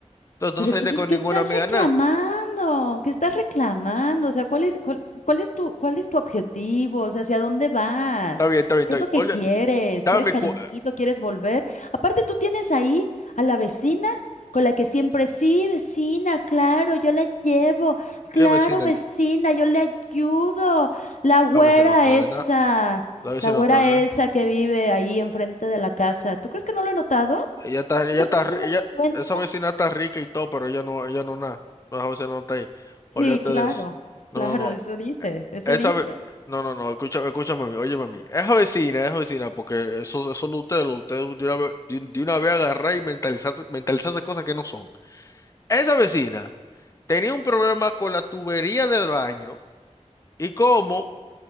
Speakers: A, on the left (about 25°); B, on the left (about 85°).
A: Entonces tú
B: Pero
A: no saliste
B: entonces,
A: con
B: ¿qué
A: ninguna
B: estás
A: amiga,
B: reclamando?
A: nada.
B: ¿Qué estás reclamando? O sea, ¿cuál es, cuál, cuál es tu, cuál es tu objetivo? O sea, ¿hacia dónde vas?
A: Está bien, está bien, está
B: ¿Qué es
A: bien.
B: lo que
A: Olvídate.
B: quieres?
A: Dame
B: ¿Quieres cariñito?
A: mi cu...
B: ¿Quieres volver? Aparte, tú tienes ahí a la vecina con la que siempre, sí, vecina, claro, yo la llevo, claro,
A: ¿Qué vecina?
B: vecina, yo le ayudo. La güera
A: La vecina no está
B: esa,
A: de nada. La vecina
B: la güera
A: no está de nada.
B: esa que vive ahí enfrente de la casa. ¿Tú crees que no lo he notado?
A: Ella está, ella
B: ¿Tú crees
A: está,
B: que no
A: ri-
B: me
A: ella,
B: di cuenta?
A: esa vecina está rica y todo, pero ella no, ella no nada. No, esa vecina no está ahí.
B: Sí,
A: Olvídate
B: claro,
A: de eso. No,
B: claro,
A: no, no.
B: eso dices, eso
A: Esa
B: dices.
A: ve... No, no, no. Escúchame, escúchame a mí. Óyeme a mí. Esa vecina, esa vecina, porque eso, eso lo usted, lo usted de una vez, de, de una vez agarrar y mentalizarse, mentalizarse cosas que no son. Esa vecina tenía un problema con la tubería del baño y como